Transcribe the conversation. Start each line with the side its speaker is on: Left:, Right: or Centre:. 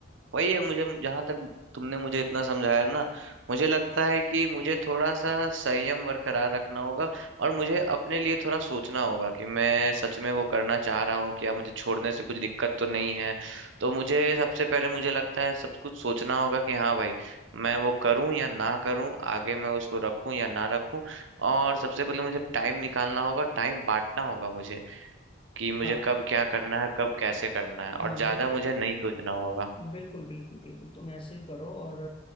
Right: वही है मुझे जहां तक तुमने मुझे इतना समझाया ना मुझे लगता है कि मुझे थोड़ा सा संयम बरकरार रखना होगा और मुझे अपने लिए थोड़ा सोचना होगा कि मैं सच में वो करना चाह रहा हूँ क्या मुझे छोड़ने से कुछ दिक्कत तो नहीं है तो मुझे सबसे पहले मुझे लगता है सब कुछ सोचना होगा कि हाँ भाई मैं वो करूँ या ना करूँ आगे मैं उसको रखूँ या ना रखूँ और सबसे पहले मुझे टाइम निकालना होगा टाइम बांटना होगा मुझे कि मुझे
Left: हाँ
Right: कब क्या करना है कब कैसे करना है और
Left: हाँ
Right: ज्यादा
Left: बिल्कुल
Right: मुझे नहीं सोचना होगा
Left: बिल्कुल बिल्कुल बिल्कुल तुम ऐसे ही करो और